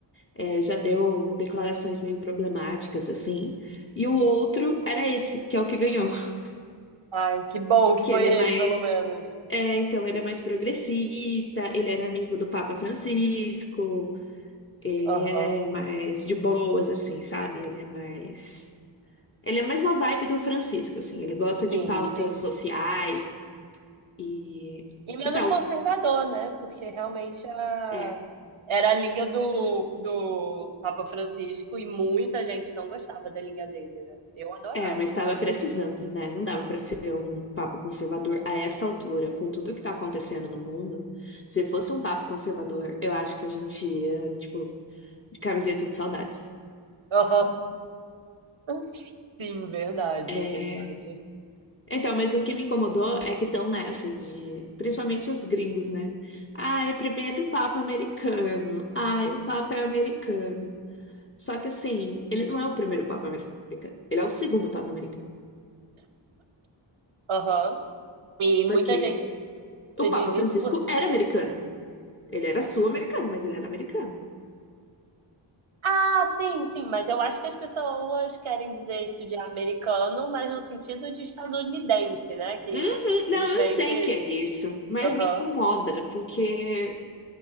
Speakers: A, on the left; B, on the right.
A: é, já deu declarações meio problemáticas, assim. E o outro era esse, que é o que ganhou. <laughs>
B: Ai, que bom que
A: Que
B: foi
A: ele é
B: ele,
A: mais.
B: pelo menos.
A: É, então, ele é mais progressista, ele era amigo do Papa Francisco, ele
B: Aham.
A: é mais de boas, assim, sabe? Ele é mais. Ele é mais uma vibe do Francisco, assim, ele gosta de
B: Sim,
A: pautas
B: sim.
A: sociais e.
B: E menos
A: Então.
B: conservador, né? Porque realmente a...
A: é.
B: era a linha do, do Papa Francisco e muita gente não gostava da linha dele, né? Eu adorava.
A: É, mas estava precisando, né? Não dava para ser um papa conservador a essa altura, com tudo que está acontecendo no mundo. Se fosse um papa conservador, eu acho que a gente ia, tipo, de camiseta de saudades.
B: Aham. <laughs> Sim, verdade,
A: É...
B: verdade.
A: Então, mas o que me incomodou é que estão nessa de, principalmente os gringos, né? Ai, o primeiro papa americano. Ai, o papa é americano. Só que assim, ele não é o primeiro papa americano. Ele é o segundo papa americano.
B: Aham. E muita
A: Porque
B: gente. Você
A: o
B: diz
A: Papa
B: isso
A: Francisco era americano. Ele era sul-americano, mas ele era americano.
B: Ah, sim, sim, mas eu acho que as pessoas querem dizer isso de americano, mas no sentido de estadunidense, né? Que
A: Uhum. Não,
B: infelizmente.
A: eu sei que é isso, mas
B: Aham.
A: me incomoda, porque